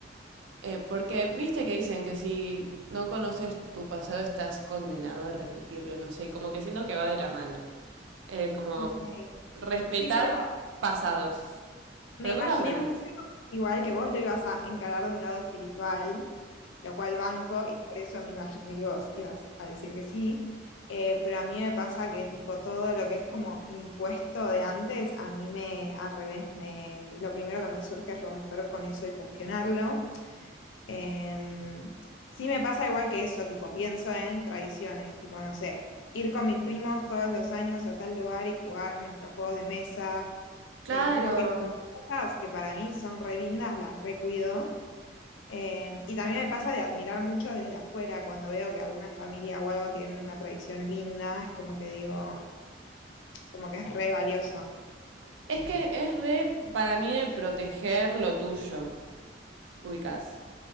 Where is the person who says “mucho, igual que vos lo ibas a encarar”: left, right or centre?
Left